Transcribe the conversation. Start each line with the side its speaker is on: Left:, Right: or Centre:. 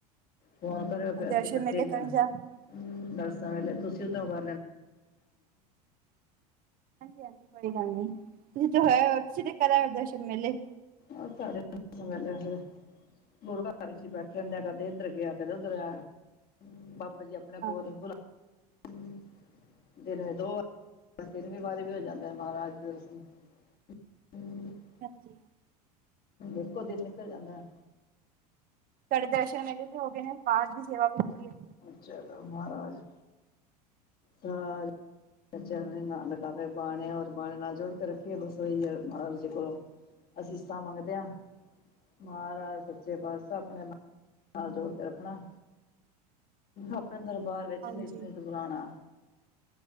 Left: ਫੋਨ ਕਰਿਓ ਫਿਰ
Right: ਦਰਸ਼ਨ
Left: ਅਸੀਂ ਇਕੱਠੇ
Right: ਮੇਲੇ
Left: ਜਾਣਾ।
Right: ਕਰਨ ਜਾ
Left: ਬਸਾਂ ਵੇਲੇ ਤੁਸੀਂ ਤੇ ਉਹ <inaudible>
Right: ਹਾਂਜੀ -ਹਾਂਜੀ, ਕੋਈ ਗੱਲ ਨੀ, ਤੁਸੀਂ ਤੇ ਹੋਆਏ ਤੁਸੀ ਤੇ ਕਰ ਆਏ ਦਰਸ਼ਨ ਮੇਲੇ।
Left: ਆ <unintelligible> ਲਿਆ। ਗੁਰੂ ਘਰ ਵਿੱਚ ਬੈਠੇ ਹੁੰਦੇ ਹ ਕਦੇ ਇੱਧਰ ਗਿਆ ਕਦੇ ਉੱਧਰ ਆਇਆ ਬਾਬਾ ਜੀ ਆਪਣੇ ਕੋਲ
Right: ਹਾਂ
Left: ਹੀ ਬੁਲਾ <unintelligible> ਦਿਨ ਦੋ ਵ ਤਿੰਨਵੀਂ ਵਾਰੀ ਵੀ ਹੋ ਜਾਂਦਾ ਮਹਾਰਾਜ ਦੇ ਦਰਸ਼ਨ। ਹਮ। <inaudible>
Right: ਹਾਂਜੀ।
Left: ਇੱਕੋ ਦਿਨ ਨਿਕਲ ਜਾਂਦਾ।
Right: ਤੁ ਆਡੇ ਦਰਸ਼ਨ ਮੇਲੇ ਤੇ ਹੋ ਗਏ ਨੇ ਪਾਸ ਦੀ ਸੇਵਾ ਵੀ ਹੋ ਹਗੀ ਹੈ।
Left: ਚਲੋ ਮਹਾਰਾਜ। ਸਾਜ਼। ਬੱਚ ਨਾ ਲਗਾਵੇ ਬਾਣੇ ਰ ਬਾਣੇ ਨਾਲ ਜੁੜ ਕੇ ਰੱਖੇ ਬਸ ਹ ਮਾਹਰਾਜ ਜੀ ਕੋਲ। ਅਸੀਸਾਂ ਮੰਗਦੇ ਹਾਂ। ਮਹਾਰਾਜ ਸੱਚੇ ਪਾਤਸ਼ਾਹ ਆਪਣੇ ਨਾਲ ਜੋੜ ਕੇ ਰੱਖਣਾ। ਆਪਣੇ ਦਰਬਾਰ ਵਿੱਚ
Right: ਹਾਂਜੀ
Left: ਨਿਤ ਨਿਤ ਬੁਲਾਣਾ।